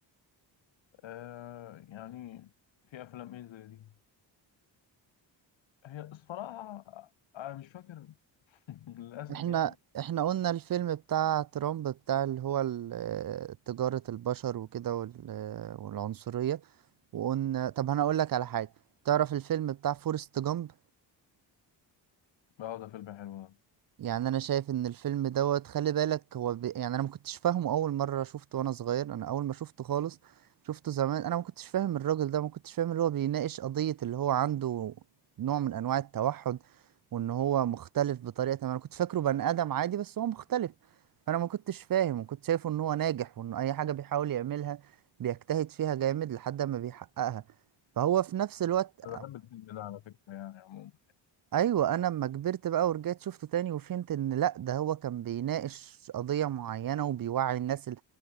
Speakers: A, on the left (about 80°); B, on the right (about 50°).
A: آه يعني في افلام ايه زي دي هي الصراحه انا مش فاكر <laughs> للاسف
B: احنا
A: يعني
B: احنا قلنا الفيلم بتاع ترامب بتاع اللي هو ال- آه، تجارة البشر وكده وال- آه، والعنصرية وقلنا طب انا اقول لك على حاجة تعرف الفيلم بتاع فورست جامب
A: اه ده فيلم حلو ده
B: يعني انا شايف ان الفيلم دوت خلي بالك هو ب... يعني انا ما كنتش فاهمه اول مره شفته وانا صغير انا اول ما شفته خالص شفته زمان انا ما كنتش فاهم الراجل ده ما كنتش فاهم اللي هو بيناقش قضيه اللي هو عنده نوع من انواع التوحد وان هو مختلف بطريقه ما انا كنت فاكره بني ادم عادي بس هو مختلف فانا ما كنتش فاهم وكنت شايفه ان هو ناجح وان اي حاجه بيحاول يعملها بيجتهد فيها جامد لحد ما بيحققها فهو في نفس الوقت
A: انا بحب الفيلم ده على فكره يعني عموما
B: ايوه انا لما كبرت بقى ورجعت شفته تاني وفهمت ان لا ده هو كان بيناقش قضية معينة وبيوعي الناس ال-